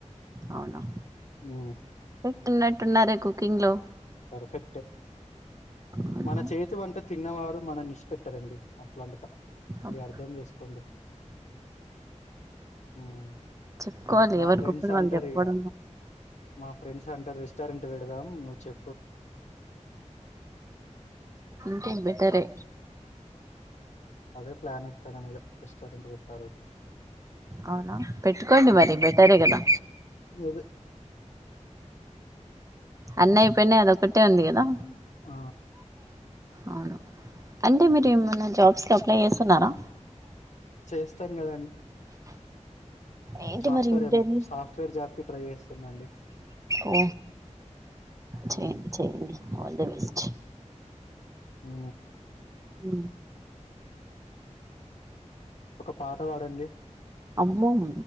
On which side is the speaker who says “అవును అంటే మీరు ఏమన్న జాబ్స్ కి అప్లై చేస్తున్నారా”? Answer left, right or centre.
Right